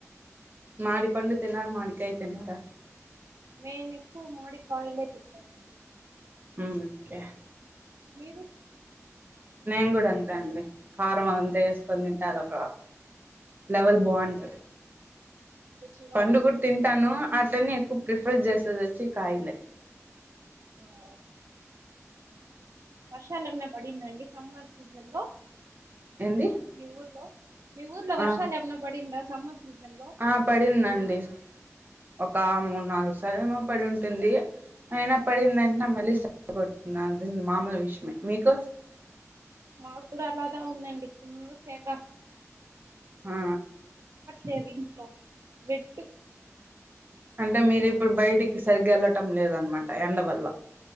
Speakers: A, on the right; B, on the right.
A: మామిడి పండ్లు తిన్నారా మామిడి కాయలు తిన్నారా
B: మేమేక్కువ మామిడి కాయలే తిన్నాము
A: మ్మ్ హ్ కే
B: మీరు
A: నేను కూడా అంతే అండి కారం అంతా వేసుకుని తింటే అది ఒక లెవల్ బాగుంటది
B: రుచిగా
A: పండు
B: ఉంటది
A: కూడా తింటాను నేను ఎక్కువ ప్రిఫర్ చేసేది వచ్చి కాయలే
B: అఓ వర్షాలెమన్నా పడిందండి సమ్మర్ సీజన్ లో
A: ఏంది
B: మీ ఊర్లో మీ ఊర్లో వర్షాలు
A: ఆ
B: ఏమైనా పడిందా సమ్మర్ సీజన్ లో
A: ఆ పడిందండి ఒక మూడు నాలుగు సర్లేమో పడి ఉంటుంది అయినా పడిందంటనే
B: ఆ
A: మళ్ళీ సల్లగా ఉంటది అది మామూలు విషయమే మీకు
B: మాకు కూడా అలానే ఉందండి ఫుల్ సేగ
A: ఆ
B: లేదు ఇంట్లో బెట్టు
A: అంటే మీరిప్పుడు బయటికి సరిగ్గా వెళ్ళటం లేదనమాట ఎండ వల్ల